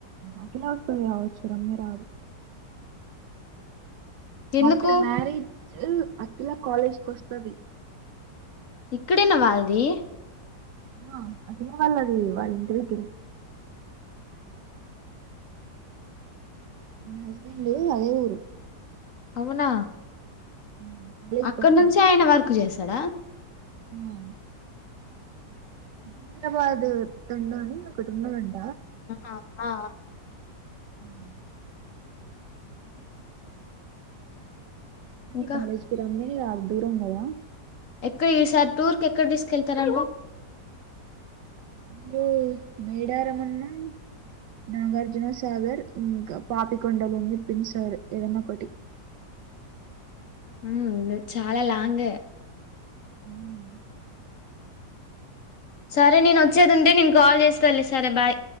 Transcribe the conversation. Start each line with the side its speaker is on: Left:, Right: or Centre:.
Right: అఖిల ఒకటే రావోచు రమ్య రాదు
Left: ఎందుకు
Right: ఆఫ్టర్ మ్యారేజ్ అఖిల కాలేజ్ కొస్తది
Left: ఇక్కడేనా వాల్ది
Right: ఆ అఖిలా వళ్ళాది వాళ్ళ ఇంటి దగ్గరే మా హస్బెండ్ అదే ఊరు
Left: అవునా
Right: హ్మ్. కాలేజ్‌కొస్తది.
Left: అక్కడ నుంచి ఆయన వర్క్ చేస్తడా
Right: ఆ కింద్రారాబాద్ తండని ఒకటున్నాద
Left: ఆ అ
Right: ఉమ్
Left: ఇంకా
Right: అ కాలేజ్కి రమ్మే అర్దూరం గదా
Left: కు ఈ సార్ టూర్ కెక్కడకితీస్ కెల్తరంట
Right: మ్లో మేడారమన్నా నాగార్జునసాగర్ ఇంకా పాపికొండలన్ చెప్పిండు సర్ ఏదన్నా ఒకటి
Left: ఉమ్ ఇంగ చాలా లాంగ్ ఎ
Right: అవునా
Left: సరే నేను వచ్చేదింటే నేను కాల్ చేస్తలి సరే బాయ్